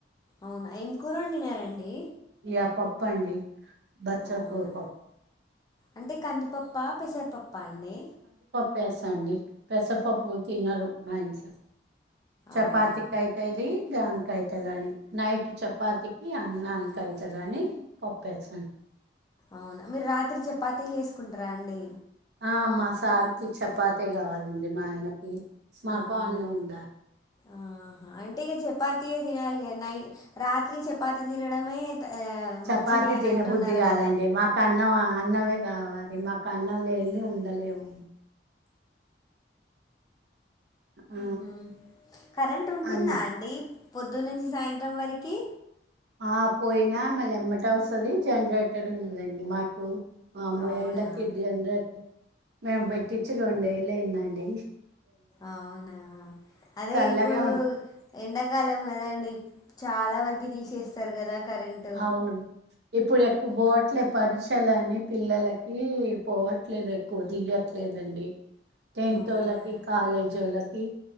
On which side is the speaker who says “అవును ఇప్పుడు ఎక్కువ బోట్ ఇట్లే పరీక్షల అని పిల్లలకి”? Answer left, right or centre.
Right